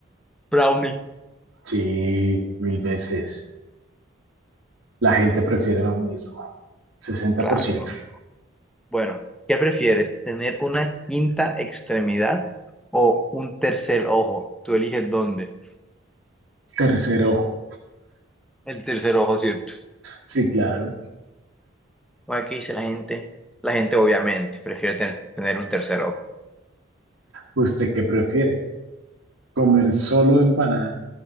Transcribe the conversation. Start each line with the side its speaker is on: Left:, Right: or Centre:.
Centre: Brownie.
Right: Sí, mil veces. La gente prefiere lo mismo. Sesenta
Centre: Claro.
Right: por ciento.
Centre: no. Bueno, ¿qué prefieres? ¿Tener una quinta extremidad o un tercer ojo? Tú eliges dónde.
Right: Tercer ojo.
Centre: El tercer ojo, cierto.
Right: Sí, claro.
Centre: Aquí dice la gente, la gente obviamente prefiere ten- tener un tercer ojo.
Right: ¿Usted qué prefiere? comer solo empanada,